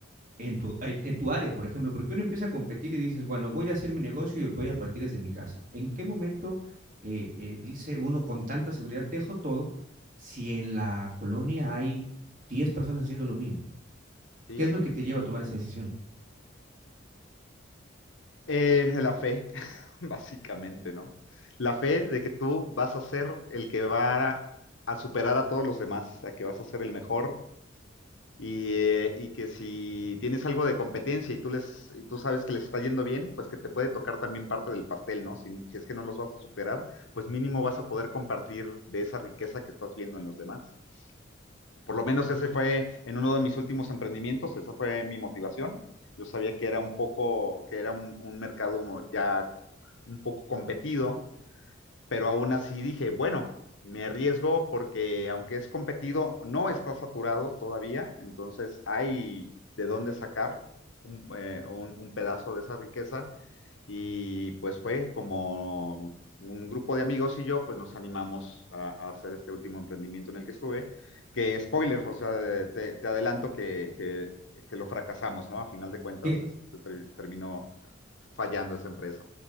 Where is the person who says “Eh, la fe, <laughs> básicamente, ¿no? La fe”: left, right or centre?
Left